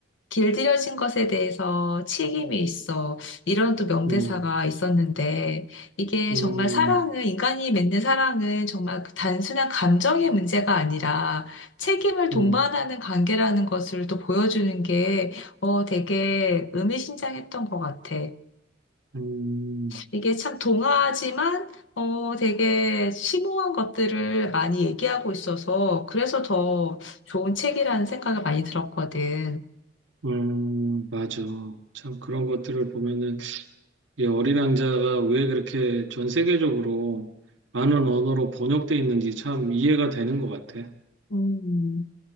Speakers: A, on the left; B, on the right.
A: 길들여진 것에 대해서 책임이 있어. 이런 또 명대사가
B: 음,
A: 있었는데, 이게
B: 음,
A: 정말 사랑은, 인간이 맺는 사랑은 정말 그 단순한 감정의 문제가 아니라 책임을 동반하는
B: 음,
A: 관계라는 것을 또 보여주는 게, 어, 되게 의미심장했던 것 같아.
B: 음, 음,
A: 이게 참 동화지만, 어, 되게 심오한 것들을 많이 얘기하고 있어서, 그래서 더 좋은 책이라는 생각을 많이 들었거든.
B: 음. 맞아. 참 그런 것들을 보면은 이 어린 왕자가 왜 그렇게 전 세계적으로 많은 언어로 번역돼 있는지 참 이해가 되는 것 같아.
A: 음.